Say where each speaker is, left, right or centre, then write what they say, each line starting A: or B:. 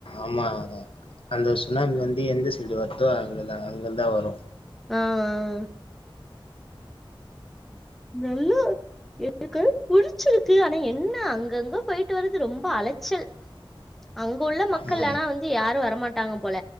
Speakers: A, on the left; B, in the centre.
A: ஆமா அந்த சுனாமி வந்து எந்த சைடு வருதோ அங்கதான் அங்கருந்தான் வரும்
B: ம்ம்ம்ம் நல்லா இருக்கு புடிச்சிருக்கு ஆனா என்ன அங் அங்கங்க போயிட்டு வர்றது ரொம்ப அலைச்சல் அங்க உள்ள மக்கள்
A: ம்
B: ஆனா வந்து யாரும் வரமாட் மாட்டாங்க போல